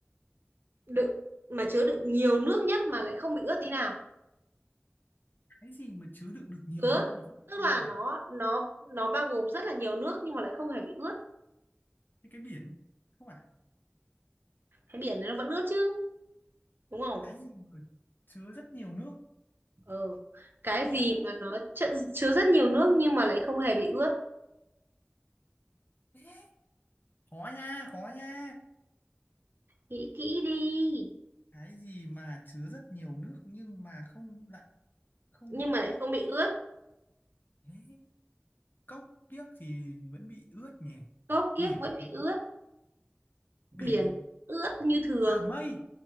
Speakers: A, on the right (about 60°); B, on the left (about 50°).
A: đựng mà chứa đựng nhiều nước nhất mà lại không bị ướt tí nào
B: cái gì mà chứa đựng được nhiều
A: chứa
B: nước mà không biết
A: tức
B: thế
A: là
B: nào
A: nó nó nó bao gồm rất là nhiều nước nhưng mà lại không hề bị ướt
B: Thế cái biển không phải
A: cái biển đấy nó vẫn ướt chứ đúng không
B: cái gì mà chứa rất nhiều nước
A: ừ. cái
B: mà
A: gì
B: lại
A: mà
B: không
A: nó
B: có nước?
A: chợ- chứa rất nhiều nước nhưng mà lại không hề bị ướt
B: Ê, khó nha khó nha
A: nghĩ kỹ đi
B: cái gì mà chứa rất nhiều nước nhưng mà không lại không
A: nhưng
B: bị
A: mà lại
B: ướt
A: không bị ướt
B: Ê, cốc kiếc thì vẫn bị ướt nhỉ
A: cốc kiếc
B: biển
A: vẫn bị
B: thì-
A: ướt
B: biển
A: biển
B: thì
A: ướt như thường
B: à mây